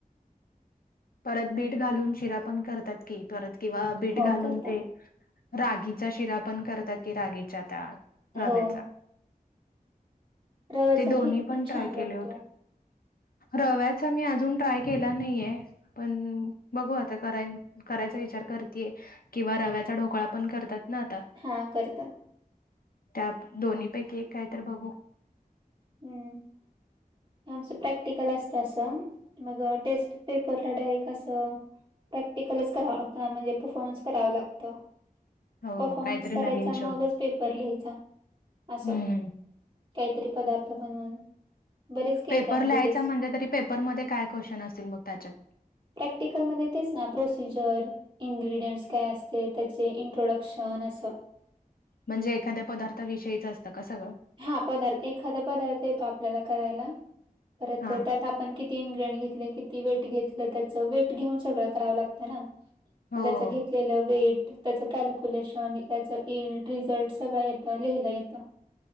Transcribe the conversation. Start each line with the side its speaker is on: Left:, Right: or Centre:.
Left: परत बीट घालून शिरा पण करतात की परत किंवा बीट
Right: हो
Left: घालून
Right: करतात
Left: ते, रागीचा शिरा पण करतात की रागीच्या त्या
Right: हो
Left: रव्याचा.
Right: रव्याचा
Left: ते दोन्ही
Right: केक
Left: पण ट्राय
Right: छान लागतो
Left: केले होते. रव्याचा मी अजून ट्राय केला नाहीये. पण बघू आता कराय करायचा विचार करतीये. किंवा रव्याचा ढोकळा पण करतात ना आता?
Right: हा करतात.
Left: त्या दोन्हीपैकी एक काय तर बघू
Right: हम्म आमच प्रॅक्टिकल अस तसं मग टेस्ट पेपरला डायरेक्ट असं प्रॅक्टिकलच कराव लागतं ना म्हणजे परफॉर्मनस करावं लागतं
Left: हो
Right: परफॉर्मन्स
Left: काहीतरी
Right: करायचा
Left: नवीन
Right: मगच
Left: शोध.
Right: पेपर लिह्याचा असं
Left: हं, हं.
Right: काहीतरी पदार्थ बनवून बरेच केलते
Left: पेपर
Right: आम्ही
Left: लिह्याचा
Right: डिशेस
Left: म्हणजे तरी पेपरमध्येध्ये काय क्वेश्चन असतील मग त्याच्यात?
Right: प्रॅक्टिकलमध्ये तेच ना प्रोसिजर इन्ग्र्रीडियंट्स काय असते, त्याचे इंट्रोडक्शन असं
Left: म्हणजे एखाद्या पदार्थाविषयीचं असतं का सगळं?
Right: हा पदार्थ, एखादा पदार्थ येतो आपल्याला करायला परत
Left: हां.
Right: त्यात आपण कित तीन ग्रेन घेतले किती वेट घेतलं त्याचं वेट घेऊन सगळं करावं लागतं ना.
Left: हो.
Right: त्याच घेत लं वेट, त्याचं कॅल्क्युलेशन त्याचं एलड रिझल्ट सगळ येतं लिहिलं येतं